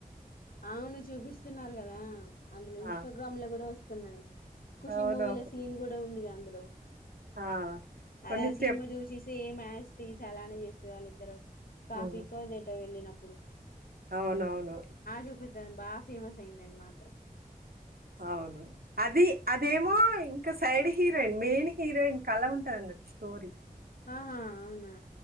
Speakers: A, on the left (about 75°); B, on the right (about 75°).
A: అవును చూపిస్తున్నారు కదా అందులో
B: ఆ!
A: ఇన్స్టాగ్రామ్ లో కూడా వస్తున్నాయి ఖుషి
B: అవునవును.
A: మూవీల సీన్ కూడా ఉందిగా అందులో
B: ఆ! కొన్ని
A: అదే ఆ
B: స్టెప్
A: సినిమా చూసేసి సేమ్ యా టీస్ అలానే చేస్తుంది వాళ్ళ ఇద్దరు కాఫీ
B: హ్మ్.
A: కోదటో వెళ్ళినప్పుడు
B: అవునవును
A: చూపిస్తుంది బాగా ఫేమస్ అయింది అది మాత్రం
B: అవును అది అదేమో ఇంకా సైడ్ హీరోయిన్ మెయిన్ హీరోయిన్ కళ ఉంటందండి స్టోరి
A: ఆహా అవునా